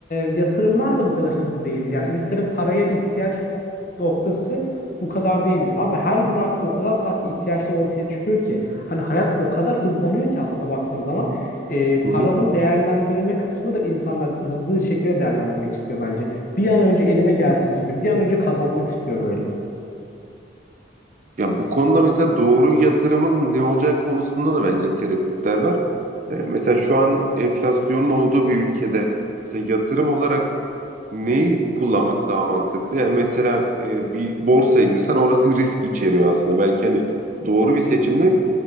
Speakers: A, on the left; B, on the right.
A: yatırımlar da bu kadar hızlı değildi. Yani insanın paraya ihtiyaç noktası bu kadar değildi. Abi her gün artık o kadar farklı ihtiyaçlar ortaya çıkıyor ki hani hayat o kadar hızlanıyor ki aslında baktığın zaman eee,
B: Hı
A: paranın
B: hı.
A: değerlendirme kısmı da insanlar hızlı şekilde değerlendirmek istiyor bence. Bir an önce elime gelsin istiyor. Bir an önce kazanmak istiyor böyle.
B: Ya bu konuda mesela doğru yatırımın ne olacak konusunda da bence tereddütler var. E, mesela şu an enflasyonun olduğu bir ülkede mesela yatırım olarak neyi kullanmak daha mantıklı? Yani mesela e, bir borsaya girsen orası risk içeriyor aslında. Belki hani doğru bir seçimle